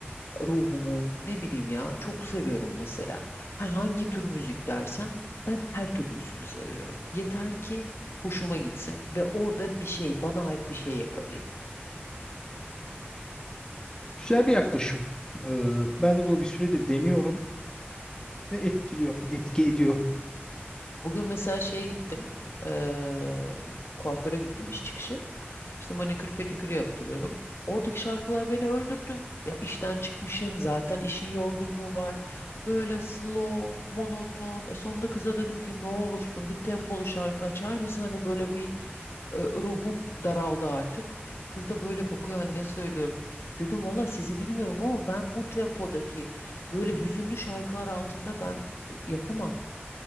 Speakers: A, on the left; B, on the left.
A: Ruhumu, ne bileyim ya, çok seviyorum mesela. Ha, hangi tür müzik dersen ben her türlüsünü seviyorum. Yeter ki hoşuma gitsin ve orada bir şey, bana ait bir şey yakalayayım.
B: Güzel bir yaklaşım. E, Ben de bunu bir süredir deniyorum ve etkiliyor, etki ediyor.
A: Bugün mesela şeye gittim. eee, kuaföre gittim iş çıkışı. İşte manikür pedikürü yaptırıyorum. Oradaki şarkılar beni öldürdü. Ya işten çıkmışım zaten işin yorgunluğu var. Böyle slow, monoton. E sonunda kıza dedim ki ne olursun bir tempolu şarkı açar mısın? Hani böyle bir e, ruhum daraldı artık. Kız da böyle bakıyor hani ne söylüyorum. Dedim valla sizi bilmiyorum ama ben bu tempodaki böyle hüzünlü şarkılar altında ben e, yapamam.